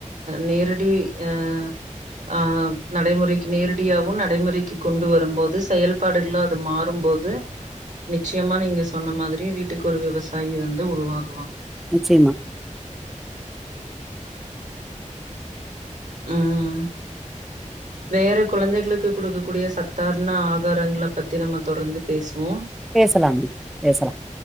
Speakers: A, on the right; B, in the centre.
A: நேரடி அ அ நடைமுறைக்கு நேரடியாவும் நடைமுறைக்கு கொண்டு வரும்போது செயல்பாடுகள்லா அது மாறும்போது நிச்சயமா நீங்க சொன்ன மாதிரி வீட்டுக்கு ஒரு விவசாயி வந்து உருவாக்கும்
B: நிச்சயமா
A: ஹங் ஹ வேற குழந்தைகளுக்கு கொடுக்க கூடிய சத்தார்ண ஆகாரங்களை பத்தி நம்ம தொடர்ந்து பேசு நோ
B: பேசலாம் பேசலா